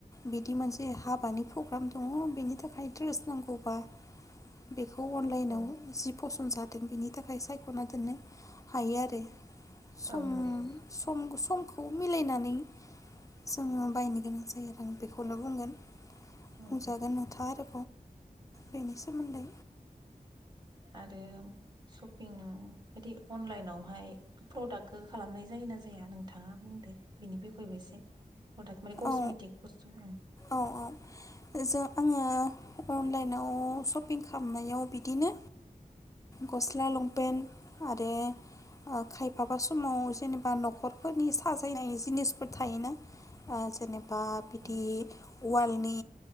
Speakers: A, on the left; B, on the right.
A: बिदि मोनसे हाबानि प्रग्राम दङ बेनि थाखाय ड्रेस नांगौ। बा बे खौ अनलाइनाव
B: औ
A: जि फसन जादों बिनि थाखाय साय ख'ना दोननो हायो आरो सम
B: औ नंगौ
A: सम समखौ खौ मिलायनानै जोङो बायनो गोनां जायो आरो आं बेखौनो बुंगोन।
B: औ
A: बुंजागोन नोंथां आरो बेनि सोमोन्दै
B: आरो सपिं बिदि अनलाइनावहाय प्रडाक्टखो खालामनाय जायोना‌ जा जाया नों थाङा बुंदो बिनि बिखयबो एसे? प्रडाक माने कसमेटक
A: औ
B: बस्थु ओं।
A: औ औ जों आङो अनलाइनाव सपिं खालामनायाव बिदिनो गस्ला लंपेन्ट आरो ओ खायफाबा समाव जेनेबा न'खरफोरनि साजायनाय जिनिसफोर थायोना? ओ जेनेबा बा
B: औ
A: बिदि वालनि